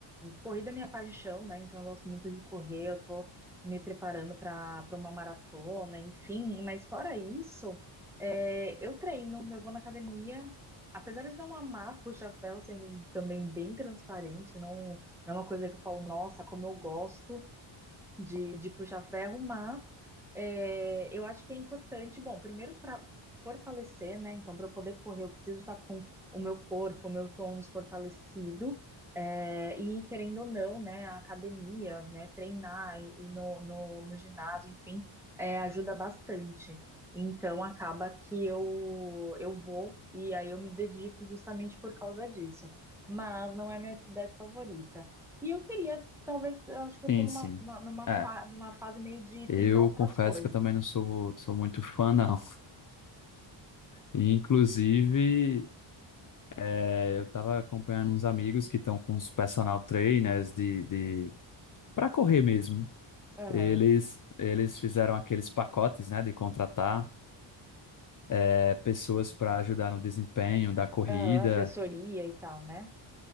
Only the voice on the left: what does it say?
Sim,
sim.
É,
eu
confesso
que eu também não sou, sou muito fã, não. E, inclusive, é, eu tava acompanhando uns amigos que estão com os personal trainers de, de... para correr mesmo.
Eles, eles fizeram aqueles pacotes, né, de contratar é, pessoas para ajudar no desempenho da corrida.